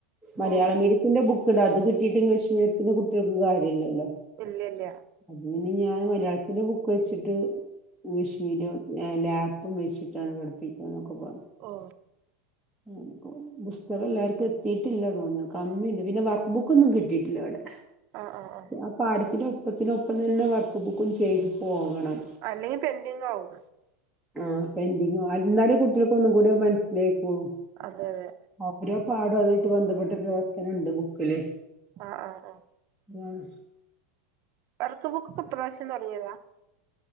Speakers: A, in the centre; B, on the right.
A: മലയാള
B: ഓഹ്
A: മീഡിയത്തിന്റെ ബുക്ക് താ ത് കിട്ടിയിട്ട് ഇംഗ്ലീഷ് മീഡിയത്തിന്റെ കുട്ടികൾക്ക് കാര്യല്ലല്ലോ
B: ഇല്ല ഇല്ല
A: അത് പിന്നെ ഞാൻ മലയാളത്തിന്റെ ബുക്ക് വെച്ചിട്ട് ഇംഗ്ലീഷ് മീഡിയ ലാപ്പും വെച്ചിട്ടാണ് പഠിപ്പിക്ക് ണ് ന്നൊക്കെപറഞ്ഞു
B: ഓ
A: ഉം പുസ്തകം എല്ലാർക്കും എത്തിട്ടില്ല തോന്നു ന്നു കമ്മിണ്ട് പിന്നെ വർക്ക് ബുക്കൊന്നും കിട്ടിട്ടില്ല ഇ വിടെ
B: ആഹ് ആഹ് ആഹ്
A: ആ പാടത്തിന്റെ ഒപ്പത്തിനൊപ്പം തന്നെ വർക്ക് ബുക്കും ചെയ്ത് പോകണം.
B: അല്ലെങ്കിൽ പെന്റി ങ്ങാവും
A: ആ പെന്റിങ്ങ് ഇന്നാലും കുട്ടികൾക്ക് ഒന്നും കൂടി മനസ്സിലായിക്കോളും
B: അതെ അതെ
A: അത്രോ പാടും അതായിട്ട് ബന്ധപ്പെട്ട പ്രവർത്തനണ്ട് ബുക്കില്
B: ആഹ് ആഹ് ആഹ്
A: ഇതാണ്
B: വർക്ക് ബുക്ക് ഇപ്രാവശ്യം തുടങ്ങിയതാ